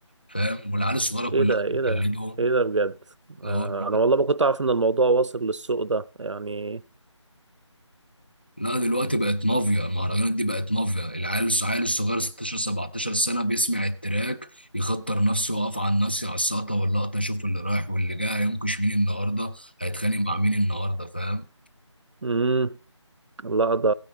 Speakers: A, on the left; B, on the right.
A: فاهم والعيال الصغيره كلها
B: ايه ده ايه
A: بتقلدهم
B: ده ايه ده بجد آه
A: اه
B: انا والله ما كنت اعرف ان الموضوع واصل للسوق ده يعني
A: لا دلوقتي بقت مافيا المهرجانات دي بقت مافيا العيال الصغير الصغير 16 17 سنة بيسمع التراك يخطر نفسه ويقف على الناس على السقطة واللقطة يشوف اللي رايح واللي جاي هينكش مين النهاردة هيتخانق مع مين النهاردة فاهم
B: امم لا ده